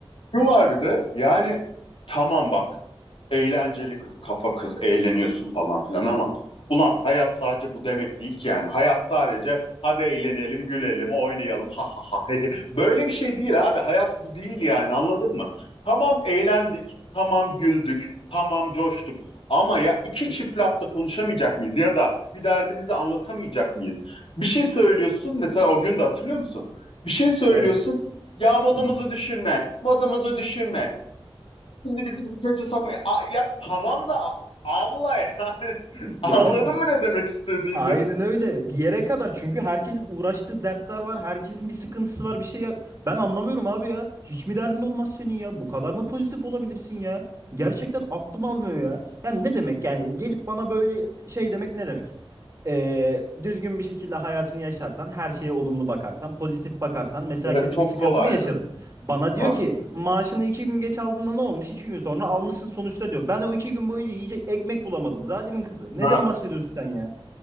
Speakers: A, on the left (about 65°); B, on the right (about 30°).
A: Şu var bir de yani tamam bak eğlenceli kız, kafa kız, eğleniyorsun falan filan ama ulan hayat sadece bu demek değil ki yani. Hayat sadece hadi eğlenelim, gülelim, oynayalım. Ha ha ha. he, he. Böyle bir şey değil abi. Hayat bu değil yani. Anladın mı? Tamam eğlendik, tamam güldük, tamam coştuk. Ama ya iki çift lafta konuşamayacak mıyız ya da bir derdimizi anlatamayacak mıyız? Bir şey söylüyorsun mesela o gün de hatırlıyor musun? Bir şey söylüyorsun
B: Evet.
A: ya modumuzu
B: Hı hı.
A: düşürme, modumuzu düşürme. Şimdi bizi bu kötü sokmayın. A- ya tamam da a- abla ya. <laughs>
B: <laughs> Yani
A: Anladın mı ne demek istediğimi?
B: Aynen öyle. Bir yere kadar çünkü herkesin uğraştığı dertler var. Herkesin bir sıkıntısı var, bir şey ya. Ben anlamıyorum abi ya. Hiç mi derdin olmaz senin ya? Bu kadar mı pozitif olabilirsin ya? Gerçekten aklım almıyor ya. Yani ne demek yani gelip bana böyle şey demek ne demek? Ee, düzgün bir şekilde hayatını yaşarsan, her şeye olumlu bakarsan, pozitif bakarsan, mesela
A: Evet
B: kötü
A: çok
B: bir sıkıntı
A: kolaydı.
B: mı yaşadın? Bana diyor
A: Tabii.
B: ki maaşını iki gün geç aldığında ne olmuş? İki gün sonra almışsın sonuçta diyor. Ben o iki gün boyunca yiyecek ekmek bulamadım. Zalimin kızı. Neden
A: Ha.
B: bahsediyorsun sen ya?